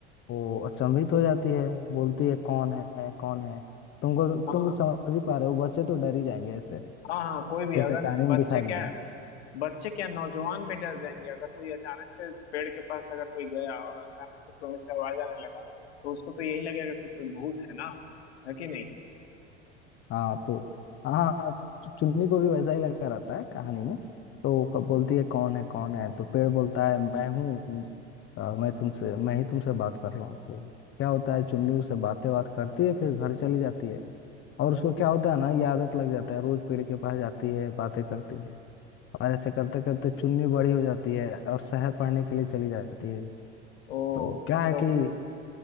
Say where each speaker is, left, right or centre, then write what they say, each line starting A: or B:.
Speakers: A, on the left; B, on the left.
A: वो अचंभित हो जाती है बोलती है कौन है कौन है तुमको तुम
B: हाँ
A: तो समझ ही पा रहे हो बच्चे तो डर ही जाएंगे ऐसे
B: हाँ हाँ कोई भी
A: जैसे
B: अगर
A: कहानी
B: बच्चे
A: में दिखाया
B: क्या
A: गया है
B: बच्चे क्या नौजवान भी डर जाएंगे अगर कोई अचानक से पेड़ के पास अगर कोई गया और अचानक से कोई ऐसे आवाज आने लगा तो उसको तो यही लगेगा कि कोई भूत है ना है कि नहीं
A: हाँ तो हाँ हाँ, चु- चुन्नी को भी वैसा ही लगा रहता है कहानी में तो वो कब बोलती है कौन है कौन है तो पेड़ बोलता है मैं हूँ अ, मैं तुमसे मैं ही तुमसे बात कर रहा हूँ तो क्या होता है चुन्नी उससे बातें बात करती है फिर घर चली जाती है और उसको क्या होता है ना ये आदत लग जाता है रोज पेड़ के पास जाती है बातें करती है और ऐसे करते करते चुन्नी बड़ी हो जाती है और शहर पढ़ने के लिए चली जाती है
B: ओ
A: तो क्या
B: तब
A: है
B: तो
A: कि